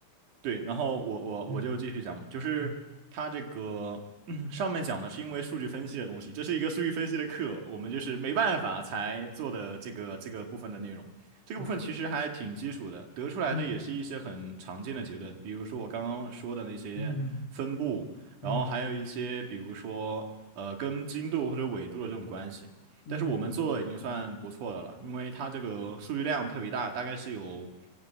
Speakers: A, on the right; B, on the left.
A: 对，然后我我我就继续讲嘛，
B: 嗯
A: 就是它这个、
B: 嗯
A: 嗯上面讲的是因为数据分析的东西，这是一个数据分析的课，我们就是没办法才做的这个这个部分的内容。这个部分其实还挺基础的，
B: 嗯。
A: 得出来的也是一些很常见的结论，
B: 嗯
A: 比如说我刚刚说的那些分布，
B: 嗯
A: 然后还有一些比如说呃跟经度或者纬度的这种关系。
B: 嗯嗯，
A: 但是我们做的已经算不错的了，因为它这个数据量特别大，大概是有。